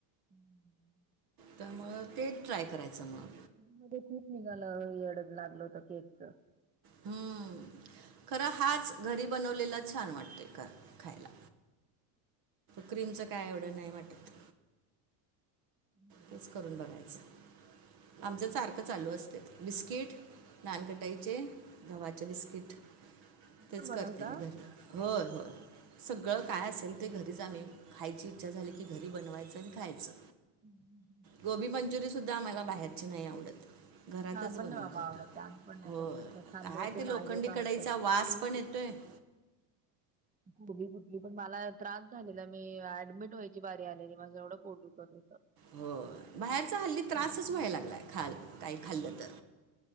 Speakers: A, on the right; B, on the right.
A: हम्म.
B: तर मग ते ट्राय करायचं मग.
A: मध्ये क निघाला येड लागलं होत केकच.
B: हम्म खरं हाच घरी बनवलेला छान वाटतय का खायला. क्रीमचं काय येवढं नाही वाटत.
A: हम्म.
B: तेच करून बघायचं आमच सारखं चालू असत बिस्किट. नानकटाईचे गव्हाचे बिस्कीट. तेच
A: पण बनवता
B: करते मी घरी होय होय सगळं काय असेल. ते घरीच आम्ही खायची इच्छा झाली की घरी बनवायचं आणि खायचं.
A: हम् ह.
B: गोबी मंचुरी सुद्धा आम्हाला बाहेरची नाही आवडत. घरातच
A: मला पण
B: बनवून
A: नाही बाबा
B: खातो
A: आवडत आम्ही पण नाही
B: होय
A: कधी एकदा खाल्ले
B: काय
A: होते
B: ते लोखंडी
A: मागे पावसात
B: कढाईचा वास
A: शी
B: पण येतोय. <inaudible>
A: <unintelligible> पण मला त्रास झालेला मी ऍडमिट व्हायची बारी आलेली माझं एवढं पोठ दुखत होत.
B: हो बाहेरचा हल्ली त्रासच व्हायला लागलाय खाल काही खालं तर.